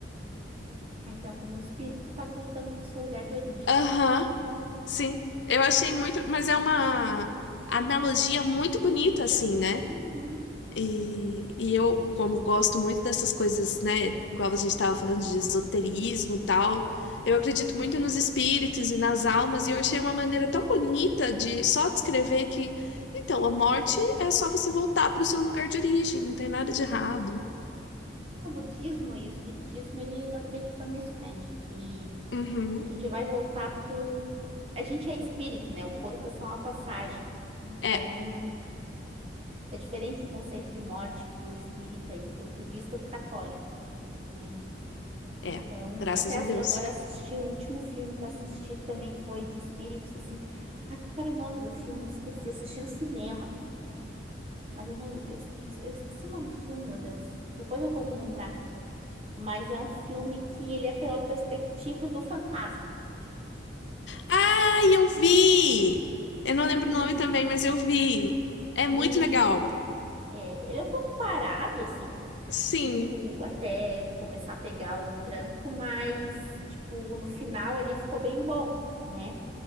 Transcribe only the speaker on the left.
Aham, sim. Eu achei muito, mas é uma analogia muito bonita, assim, né?
E, e eu, como gosto muito dessas coisas, né? Igual a gente estava falando de esoterismo e tal, eu acredito muito nos espíritos e nas almas, e eu achei uma maneira tão bonita de só descrever que, então, a morte é só você voltar para o seu lugar de origem, não tem nada de errado.
Uhum.
É,
é,
graças
a Deus.
Ai, eu vi! Eu não lembro
o nome também, mas eu vi. É muito
legal.
Sim,